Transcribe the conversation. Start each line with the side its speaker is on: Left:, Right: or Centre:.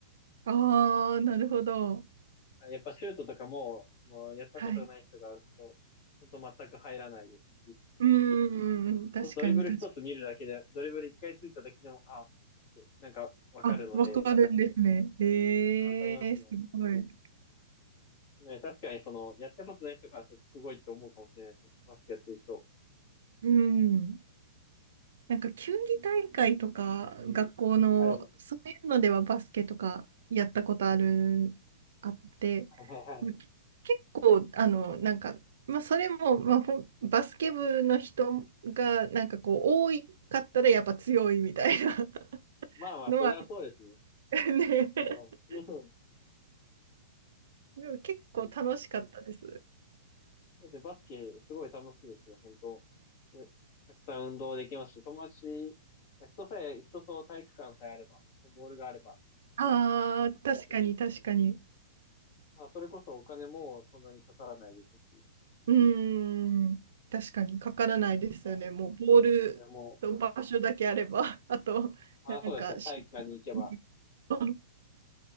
Right: ああ、なるほど。
Left: はいやっぱシュートとかも、もうやったことがない人が打つと、
Right: はい。
Left: ほんと全く入らないですし、
Right: うんうんうん、
Left: ほんとドリブル一つ見るだけで、
Right: 確かに、確かに。
Left: ドリブル一回ついただけでも、あ、ってなんかわかるので、
Right: あ、わかるんですね。ええすごい。
Left: わかりますね。ね、確かにその、やったことない人からするとすごいと思うかもしれないですね。バスケやってる人。
Right: うん。なんか球技大会とか、学校の、
Left: はい。はい
Right: そういうのではバスケとかやったことある、あって、
Left: はいはい。
Right: まあけ結構、あの、なんか、まあ、それも、まあ、ほんバスケ部の人が、なんかこう、多いかったらやっぱ強いみたいな <laughs>
Left: まあまあ、
Right: のは、
Left: それはそうですね。
Right: ね、
Left: はい。
Right: <laughs> でも結構楽しかったです。
Left: うん。うん。で、バスケ、すごい楽しいですよ、本当。うたくさん運動できますし、友達、まあ人さえ、人と体育館さえあれば、ボールがあれば、
Right: ああ、
Left: もう本当できるので。
Right: 確かに確かに。
Left: まあ、それこそお金もそんなにかからないですし、
Right: うーん、確かにかからないですよね。
Left: は
Right: もうボールと場所だけあれば、
Left: い。それも、
Right: <laughs> あと、
Left: あ、
Right: なんか、
Left: そうですね、体育館に行けば、
Right: シュート <laughs>